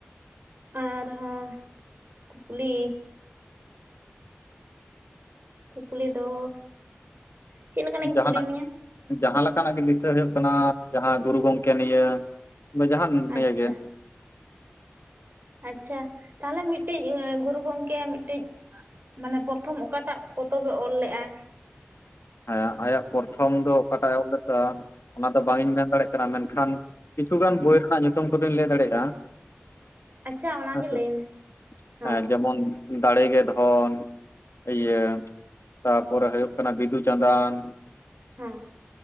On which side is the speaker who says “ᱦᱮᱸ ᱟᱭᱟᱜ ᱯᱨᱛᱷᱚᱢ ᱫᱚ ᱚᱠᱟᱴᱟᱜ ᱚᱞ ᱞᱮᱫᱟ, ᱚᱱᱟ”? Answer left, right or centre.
Left